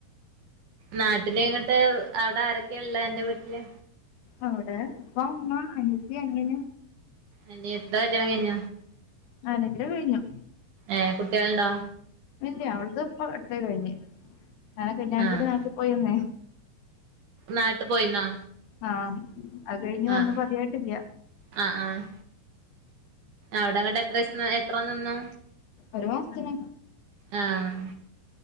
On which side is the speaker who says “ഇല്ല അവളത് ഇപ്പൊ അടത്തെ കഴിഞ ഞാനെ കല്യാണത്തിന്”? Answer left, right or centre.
Left